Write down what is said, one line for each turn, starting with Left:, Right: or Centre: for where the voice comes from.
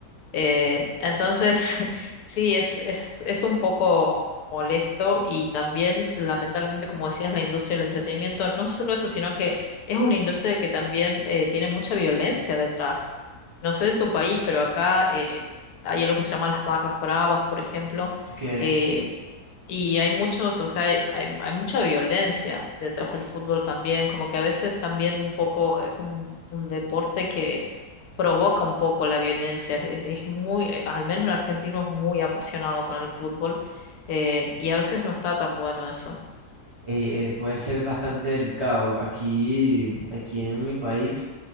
Left: Eh, entonces, <laughs> sí, es, es, es un poco molesto y también, lamentablemente, como decías, la industria del entretenimiento, no solo eso, sino que es una industria que también eh, tiene mucha violencia detrás. No sé en tu país, pero acá eh, hay algo que se llama las barras bravas, por ejemplo,
Right: Que
Left: eh, y hay muchos, o sea, hay, hay- hay mucha violencia detrás del fútbol también, como que a veces también un poco es un, un deporte que provoca un poco la violencia. Es, es muy, eh, al menos el argentino es muy apasionado con el fútbol, eh, y a veces no está tan bueno eso.
Right: eh, eh, puede ser bastante delicado. Aquí, aquí en mi país,